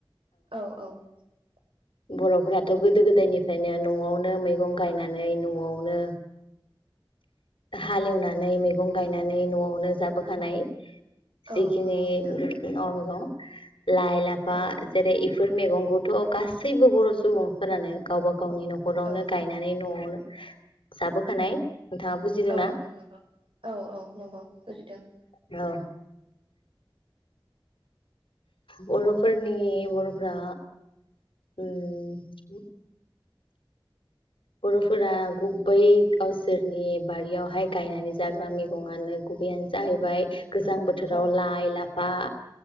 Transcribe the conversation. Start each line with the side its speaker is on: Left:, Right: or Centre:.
Right: औ औ ।
Left: बर'फोरा गोदो गोदायनिफ्रायनो न'आवनो मैगं गायनानै न'आवनो हालेवनानै मैगं गायनानै न'आवनो जाबोखानाय । जिखिनि
Right: औ नंगौ
Left: <unintelligible>
Right: नोंथां
Left: लाइ लाफा
Right: औ
Left: जेरै बेफोर मैगंखौथ' गासैबो बर' सुबुं फोरानो गावबा गाव गावनि न'खरावनो
Right: औ
Left: गायनानै न'आवनो जाबोखानाय नोंथाङा बुजिदोंना
Right: औ नंगौ नंगौ औ औ नंगौ बुजिदों ।
Left: औ बर' फोरनि बर'फ्रा उम बर'फोरा गुबै गावसोरनि बारियावहाय गायनानै जाग्रा मैगङानो गुबैयानो जाहैबाय । गोजां बोथोराव
Right: औ
Left: लाइ ला लाफा